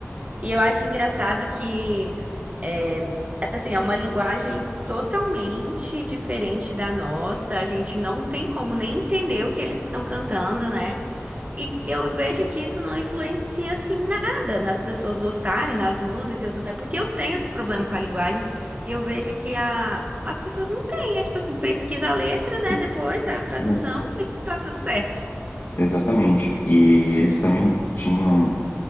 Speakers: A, on the right; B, on the left.
A: E eu acho engraçado que, é, assim, é uma linguagem totalmente diferente da nossa. A gente não tem como nem entender o que eles estão cantando, né? E eu vejo que isso não influencia, assim, nada nas pessoas gostarem das músicas, né? Porque eu tenho esse problema com a linguagem e eu vejo que a, as pessoas não têm. É tipo assim, pesquisa a letra, né?
B: E,
A: Depois a tradução
B: né,
A: <laughs> e tá tudo certo.
B: Exatamente. E eles também tinham,